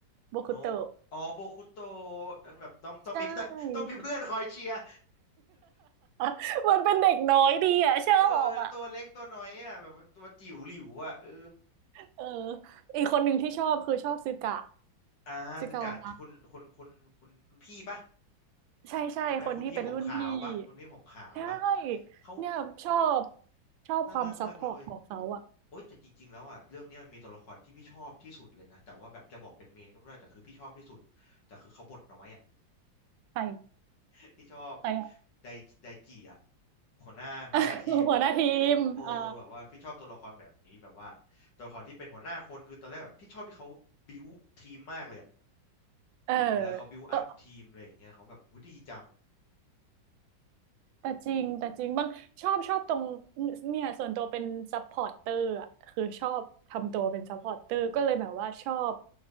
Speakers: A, on the right (about 85°); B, on the left (about 65°).
A: โบคุโตะ
B: นกอ๋อโบคุโตะแบบต้องต้องมี
A: ใช่
B: <laughs> ต้องต้องมีเพื่อนคอยเชียร์
A: <laughs> มันเป็นเด็กน้อยดีอะชอบอะ
B: เออตัวเล็กตัวน้อยอ่ะแบบว่าตัวจิ๋วหลิวอ่ะเออ
A: เอออีกคนหนึ่งที่ชอบคือชอบซึกะ
B: อ่าสึกะคุณคุณคุณคุณคุณพี่ปะ
A: ซึกะวะใช่ใช่คนที่เป็นรุ่นพี่
B: ใช่ไหมคุณพี่ผมขาวปะคุณพี่ผมขาวปะ
A: ใช่
B: เขา
A: เนี่ยชอบชอบความซัพพอร์ตของเขาอะ
B: น่ารักมากเลยโอ๊ยแต่จริงๆแล้วอ่ะเรื่องเนี้ยมันมีตัวละครที่พี่ชอบที่สุดเลยนะแต่ว่าแบบจะบอกเป็นเมนก็ไม่ได้แต่คือพี่ชอบที่สุดแต่คือเขาบทน้อยอ่ะ
A: ใคร
B: <laughs> พี่ชอบ
A: ใครอ่ะ
B: ไดไดจิอ่ะหัวหน้าหัวหน้าทีมอ่ะ
A: <laughs> หัวหน้าทีมอ่า
B: เออแบบว่าพี่ชอบตัวละครแบบนี้แบบว่าตัวละครที่เป็นหัวหน้าคนคือตอนแรกแบบพี่ชอบที่เขาบิวทีมมากเลยอะ
A: เออ
B: แบบเวลาเขาบิวอัพทีมอะไรอย่างเงี้ยเขาแบบหูยดีจัง
A: ก็ แต่จริงแต่จริงบ้างชอบชอบตรง
B: อืม
A: เนี่ยส่วนตัวเป็นซัพพอร์ตเตอร์อ่ะคือชอบทำตัวเป็นซัพพอร์ตเตอร์ก็เลยแบบว่าชอบ
B: อืม